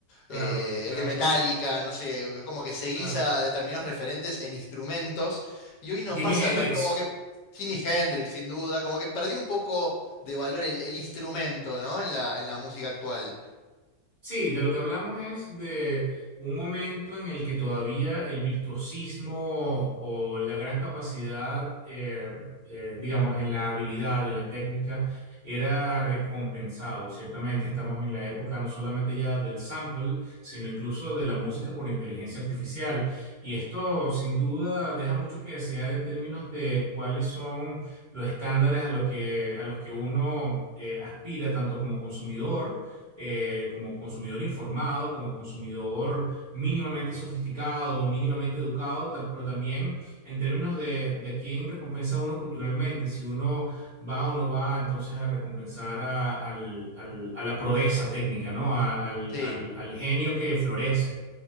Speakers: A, on the right; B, on the left.
A: claro,
B: eh,
A: claro,
B: el de Metallica, no sé, es como que seguís
A: claro.
B: a determinados referentes en instrumentos, y hoy no
A: Jimi
B: pasa
A: Hendrix.
B: tan, como que Jimi Hendrix, sin duda, como que perdió un poco de valor el, el instrumento, ¿no? En la, en la música actual.
A: Sí, de lo que hablamos es de un momento en el que todavía el virtuosismo o la gran capacidad, eh, eh, digamos, en la habilidad, en la técnica, era recompensado. Ciertamente estamos en la época no solamente ya del sample, sino incluso de la música por inteligencia artificial. Y esto sin duda deja mucho que desear en términos de cuáles son los estándares a lo que, a los que uno eh, aspira tanto como consumidor eh, como consumidor informado, como consumidor mínimamente sofisticado, mínimamente educado, ta- pero también en términos de, de a quién recompensa uno culturalmente, si uno va o no va entonces a recompensar a, al- al- a la proeza técnica, ¿no? A- al,
B: Sí.
A: al al genio que florece.